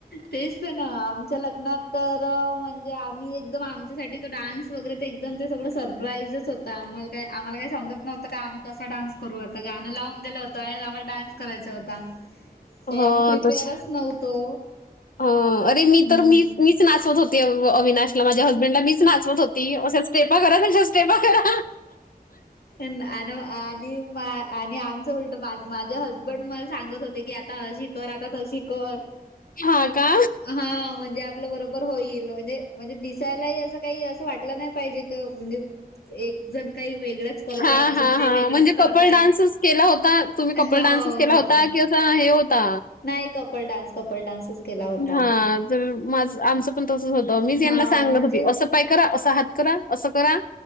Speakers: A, on the left (about 75°); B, on the left (about 60°).
A: तेच ते ना, आमच्या लग्नात तर म्हणजे आम्ही एकदम आमच्यासाठीत डान्स वगैरे ते एकदम ते सगळं सरप्राईजच होता, आम्हाला काय आम्हा काय समजत नव्हतं का आम्ही कसा डान्स करू गाणं लावून दिलं होतं, आणि आम्हाला डान्स करायचा होता. काही
B: हा,
A: आम्ही प्रिपेअरच
B: तच
A: नव्हतो.
B: हा अरे मी
A: हम्म.
B: तर मी मी मीच नाचवत होती अविनाशला, माझ्या हसबंडला, मीच नाचवत होती, अशा स्टेपा करा, तशा स्टेपा करा.
A: आन आणि आणि आमचं उलट माझे हसबंड मला सांगत होते की आता अ तर आता तशी कर,
B: हां का?
A: हा म्हणजे आपल बरोबर होईल, म्हणजे म्हणजे दिसायलाही असं काही असं वाटलं नाही पाहिजे, म्हणजे एक जण काही वेगळंच करताय
B: हा
A: एक जण
B: हा
A: काही
B: हां,
A: वेगळंच
B: म्हणजे
A: करताय
B: कपल डान्सच केला होता, तुम्ही कपल
A: हो
B: डान्सच केला
A: हो
B: होता कि हे होता
A: नाही कपल डान्स, कपल डान्सच केला होता
B: हा, तर माझ आमचं पण तसच होतं, मीच यांना
A: हा
B: सांगत
A: म्हणजे
B: होती, असं पाय करा असं ह करा, असं करा